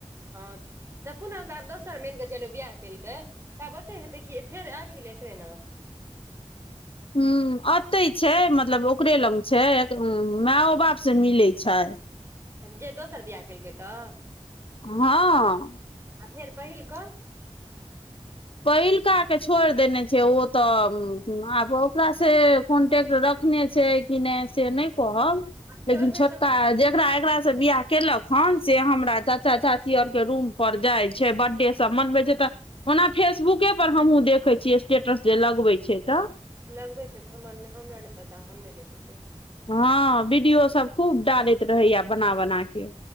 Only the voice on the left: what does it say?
हूं अतै छै मतलब ओकरे लग छै मैयो बाप से मिलै छै
हँ
पहिलका के छोड़ि देने छै ओ तऽ आब ओकासे कॉन्टेक्ट रखने छै कि नै से नै कहब
लेकिन
छोटका
एकरा एकरा से बियाह केलक हन से हमरा चाचा चाची आउर के रूम पर जाय छै बर्डे सब मनबै छै तऽ ओना फेसबुके पर हमहुॅं देखै छियै स्टेटस जे लगबै छै तऽ
हाँ वीडियो सब खूब डालैत रहैया बना बना के